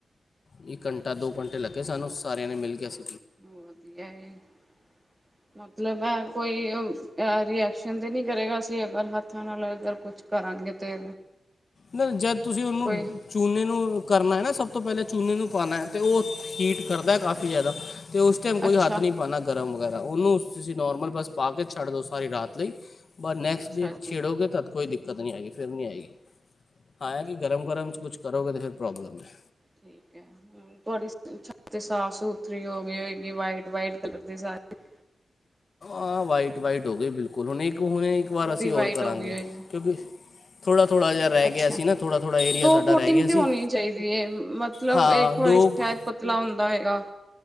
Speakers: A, on the left; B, on the right.
A: ਇੱਕ ਘੰਟਾ,
B: ਅੱਛਾ
A: ਦੋ ਘੰਟੇ
B: ਜੀ
A: ਲੱਗੇ ਸਾਨੂੰ, ਸਾਰੇ ਇਹਨੂੰ ਮਿਲ ਕੇ ਅਸੀ
B: ਵਧੀਆ ਏ <unintelligible> ਮਤਲਬ ਐ ਕੋਈ ਐ ਰੀਐਕਸ਼ਨ ਤੇ ਨੀ ਕਰੇਗਾ, ਅਸੀਂ ਅਗਰ ਹੱਥਾਂ ਨਾਲ ਅਗਰ ਕੁਛ ਕਰਾਂਗੇ ਤੇ
A: ਬਸ ਜਦ ਤੁਸੀਂ ਉਹਨੂੰ,
B: ਕੋਈ
A: ਚੂਨੇ ਨੂੰ ਕਰਨਾ ਏ ਨਾ ਸਭ ਸਭ ਤੋਂ ਪਹਿਲੇ ਚੂਨੇ ਨੂੰ ਪਾਨਾ ਹੈ ਤੇ ਉਹ ਹੀਟ ਕਰਦਾ ਹੈ ਕਾਫ਼ੀ ਜ਼ਿਆਦਾ ਤੇ ਉਸ ਟਾਈਮ ਕੋਈ
B: ਅੱਛਾ
A: ਹੱਥ ਨਹੀਂ ਪਾਨਾ ਗਰਮ ਵਗੈਰ ਤਾਂ ਉਹਨੂੰ ਤੁਸੀਂ ਨੋਰਮਲ ਬੱਸ ਪਾ ਕੇ ਛੱਡ ਦੋ, ਸਾਰੀ ਰਾਤ ਲਈ ਬਸ ਨੈਕਸਟ
B: ਅੱਛਾ
A: ਡੇ
B: ਜੀ
A: ਛੇੜੋਗੇ ਤੱਦ ਕੋਈ ਦਿੱਕ ਕਤ ਨੀ ਆਏਗੀ, ਫੇਰ ਨੀ ਆਏਗੀ। ਹਾਂ, ਏ
B: ਠੀਕ
A: ਕਿ ਗਰਮ-ਗਰਮ
B: ਹੈ ਠੀਕ
A: ਚ ਕੁਛ ਕਰੋਗੇ ਤੇ ਫਿਰ ਪ੍ਰੋਬਲਮ ਐ।
B: ਠੀਕ ਹੈ ਹੂੰ, ਤੁਹਾਡੀ ਛੱਤ ਤੇ ਸਾਫ਼ ਸੁਥਰੀ ਹੋ ਗਈ ਹੋਏਗੀ ਵਾਈਟ-ਵਾਈਟ ਕਲਰ ਦੀ ਸਾਰੇ। <inaudible>
A: ਆ ਵਾਈਟ-ਵਾਈਟ ਹੋ ਗਈ ਬਿਲਕੁਲ ਹੁਣ ਹੁਣੇ ਇੱਕ ਵਾਰ
B: ਪੂਰੀ
A: ਅਸੀਂ
B: ਵਾਈਟ
A: ਹੋਰ ਕਰਾਂਗੇ,
B: ਹੋ ਗਈ ਹੋਏਗੀ
A: ਕਿਉਂਕਿ ਥੋੜਾ। ਥੋੜਾ ਜਿਹਾ ਰਹਿ
B: ਅੱਛਾ
A: ਗਿਆ ਸੀ ਨਾ ਥੋੜਾ ਥੋੜਾ ਏਰੀਆ
B: ਦੋ
A: ਸਾਡਾ
B: ਕੋਟਿੰਗ
A: ਰਹਿ ਗਿਆ
B: ਤੇ
A: ਸੀ
B: ਹੋਣੀ ਚਾਹੀਦੀ ਹੈ ਮਤਲਬ
A: ਹਾਂ
B: ਇੱਕ
A: ਦੋ
B: ਵਾਰੀ ਸ਼ਾਇਦ
A: ਕੁ
B: ਪਤਲਾ ਹੁੰਦਾ ਹੈਏਗਾ